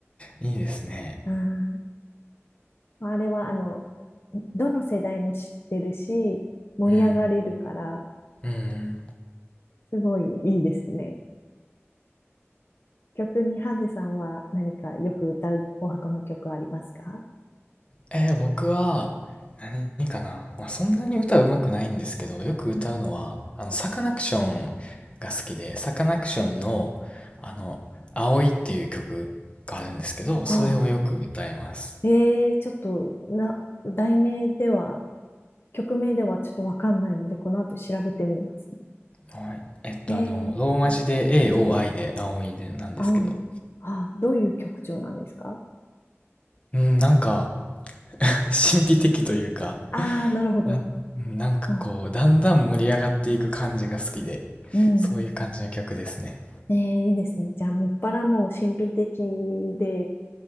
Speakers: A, on the left (about 25°); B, on the left (about 55°).
A: いいですね。
B: うんまあれは、あの、どの世代も知ってるし、盛り上がれるから、
A: うん。うん。
B: すごいいいですね。曲に、ハゼさんは何かよく歌うお箱の曲ありますか
A: えー僕は何かな、まあ、そんなに歌うまくないんですけどよく歌うのはあのサカナクションが好きでサカナクションのあの「青い」っていう曲があるんですけどそれをよく歌います、
B: うんはあ、えー、ちょっと、な、題名では、曲名ではちょっとわかんないので、この後調べてみます。
A: はい、えっとあのローマ字で
B: えー、
A: AOI で「青い」でなんですけど
B: 青い。ああ、どういう曲調なんですか
A: うんなんか <laughs> 神秘的というか
B: ああなるほど。
A: なんうんなんかこうだんだん盛り上がっていく感じが好きで
B: もう、うん。
A: そういう感じの曲ですね
B: えー、いいですね。じゃあ、もっぱらもう神秘的で、